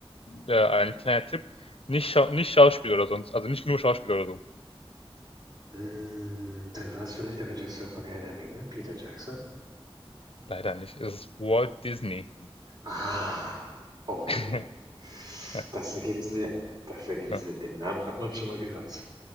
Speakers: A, on the left (about 70°); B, on the right (about 45°).
A: äh, ein kleiner Tipp, nicht, Schau nicht Schauspiel oder sonst, also nicht nur Schauspiel oder so.
B: Hm, dann war es vielleicht der Regisseur von Herr der Ringe, Peter Jackson?
A: Leider nicht. Es ist Walt Disney.
B: Ah, okay.
A: <laughs> Ja,
B: Das ergibt Sinn. Das ergibt
A: ja.
B: Sinn. Den Namen hat man schon mal gehört.